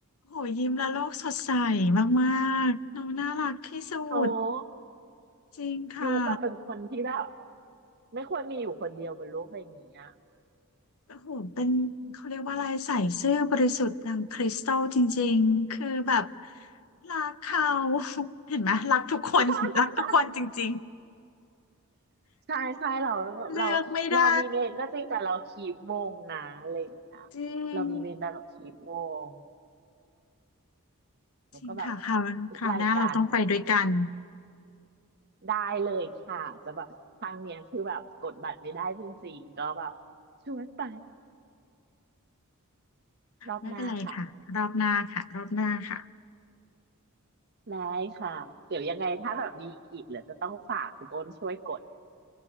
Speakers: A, on the left (about 70°); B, on the right (about 45°).
A: โหยิ้มแล้วโลกสดใสมากๆน้องน่ารักที่สุด
B: โอ้
A: จริงค่ะ
B: ยุคแบบเป็นคนที่แบบไม่ควรมีอยู่คนเดียวบนโลกใบนี้อ่ะ
A: โอ้โหเป็นเขาเรียกว่าอะไรใส่ซื่อบริสุทธิ์ดังคริสตัลจริงๆ คือแบบรักเขา <laughs> เห็นไหมรักทุกคน
B: <laughs>
A: <laughs> รักทุกคนจริง
B: ใช่ใช่เราเราเรามีเมนก็จริงแต่เราคีปวงนะอะไรอย่างเงี้ย
A: ๆเลือกไม่ได้จริง
B: เรามีเมนแต่เราคีปวงแล้วก็แบบ
A: จริงค่ะคราวคราวหน้าเราต้องไปด้วยกัน
B: ทุกรายการได้เลยค่ะจะแบบครั้งเนี้ยคือแบบกดบัตรไม่ได้จริงๆก็แบบชวนไปรอบหน้าค่ะ
A: ไม่เป็นไรค่ะรอบหน้าค่ะรอบหน้าค่ะ
B: ได้ค่ะเดี๋ยวยังไงถ้าแบบมีอีกเหลือจะต้องฝากคุณโอนช่วยกด